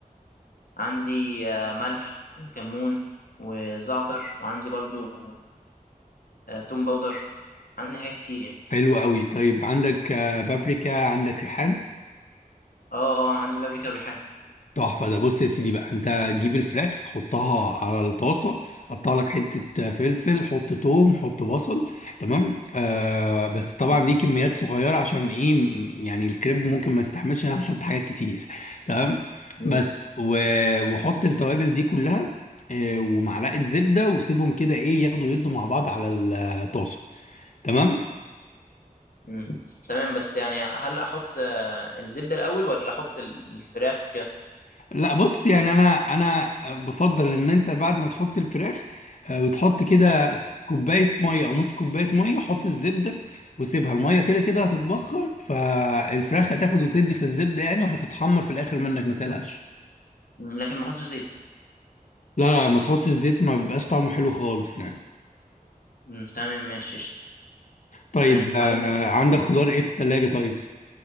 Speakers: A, on the left; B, on the left.
A: عندي آه ملح وكمون وزعتر وعندي برضو آه، توم باودر عندي حاجات كتير يعني
B: حلو قوي طيب عندك آه، بابريكا عندك ريحان
A: اه اه عندي بابريكا وريحان
B: تحفة ده بص يا سيدي بقى انت تجيب الفراخ حطها على الطاسة قطع لك حتة فلفل حط توم حط بصل تمام آه بس طبعا
A: مم.
B: دي كميات صغيرة عشان ايه م- يعني الكريب ممكن ما يستحملش ان احنا نحط حاجات كتير تمام
A: مم.
B: بس و... وحط التوابل دي كلها آه ومعلقة زبدة وسيبهم كده ايه ياخدوا يدوا مع بعض على الطاسة تمام
A: مم. تمام بس يعني هل احط آه، الزبدة الاول ولا احط ال- الفراخ وكده
B: لا بص يعني انا انا بفضل ان انت بعد ما تحط الفراخ آه، وتحط كده كوبايه ميه او نص كوبايه ميه حط الزبده وسيبها الميه كده كده هتتبخر فالفراخ هتاخد وتدي في الزبده يعني وهتتحمر في الاخر منك ما تقلقش
A: مم، لكن ما احطش زيت
B: لا لا ما تحطش زيت ما بيبقاش طعمه حلو خالص يعني
A: مم. تمام ماشي قشطة
B: طيب
A: ها بعدين
B: آه عندك خضار ايه في التلاجة طيب